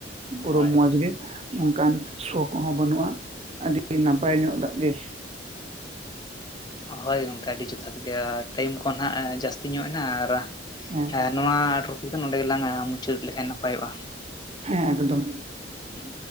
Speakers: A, on the right (about 35°); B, on the left (about 25°).
A: ᱯᱩᱨᱟᱹ
B: ᱦᱳᱭ
A: ᱢᱚᱸᱡᱽ ᱜᱮ, ᱱᱚᱝᱠᱟᱱ ᱥᱚ ᱠᱚᱦᱚᱸ ᱵᱟᱹᱱᱩᱜᱼᱟ ᱟᱹᱰᱤ ᱱᱟᱯᱟᱭ ᱧᱚᱜ ᱫᱟᱜ ᱜᱮ᱾
B: ᱦᱳᱭ ᱜᱚᱝᱠᱮ ᱟᱹᱰᱤ ᱡᱚᱛᱷᱟᱛ ᱜᱮ ᱟᱨ ᱴᱟᱭᱤᱢ ᱠᱚ ᱱᱟᱦᱟᱜ ᱡᱟᱹᱥᱛᱤ ᱧᱚᱜ ᱮᱱᱟ ᱟᱨ
A: ᱦᱮᱸ
B: ᱟᱨ ᱱᱚᱣᱟ ᱴᱨᱚᱯᱷᱤᱠ ᱫᱚ ᱱᱚᱰᱮ ᱜᱮᱞᱟᱝ ᱢᱩᱪᱟᱹᱫ ᱞᱮᱠᱷᱟᱱ ᱱᱟᱯᱟᱭᱚᱜᱼᱟ᱾
A: ᱦᱮᱸ ᱮᱠᱫᱚᱢ ᱾
B: ᱦᱩᱸ